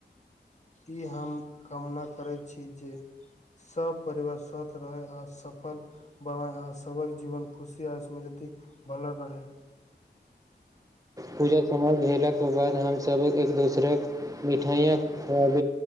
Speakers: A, on the left; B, on the right.
A: ई हम कामना करैत छी ज सब परिवार स्वस्थ रहै आओर सफ बनाय आ सबक जीवन खुशी आ स्मृति भल रह
B: पूजा समय भेलाे बाद हम सब एक दोसराक मिठाइया खुआब